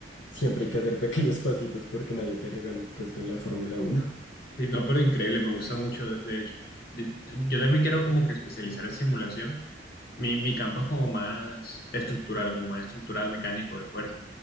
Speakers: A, on the left; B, on the left.
A: siempre hay que hacer <laughs> pequeños pasitos porque nadie te regala un puesto en la Fórmula Uno
B: Sí, no, pero increíble, me gusta mucho, de hecho. De- yo también quiero como que especializar en simulación. Mi, mi campo es como más estructural, como más estructural, mecánico, de fuerza.